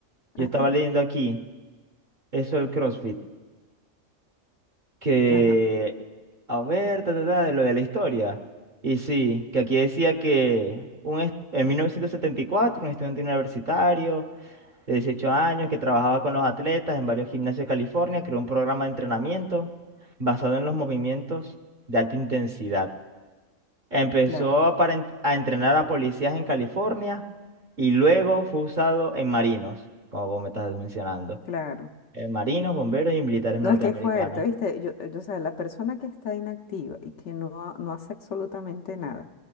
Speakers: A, on the left; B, on the right.
A: Ajá,
B: Yo estaba leyendo aquí. Eso del CrossFit. Que.
A: ajá,
B: A ver, ta, ta, ta, de lo de la historia. Y sí, que aquí decía que un est- en 1974, un estudiante universitario. de 18 años que trabajaba con los atletas en varios gimnasios de California, creó un programa de entrenamiento basado en los movimientos de alta intensidad. Empezó
A: claro,
B: a, paren- a entrenar a policías en California y luego fue usado en marinos, como vos me estás mencionando.
A: claro.
B: En marinos, bomberos y militares
A: No,
B: norteamericanos.
A: es que es fuerte, ¿viste? Yo, yo, o sea, la persona que está inactiva y que no, ha- no hace absolutamente nada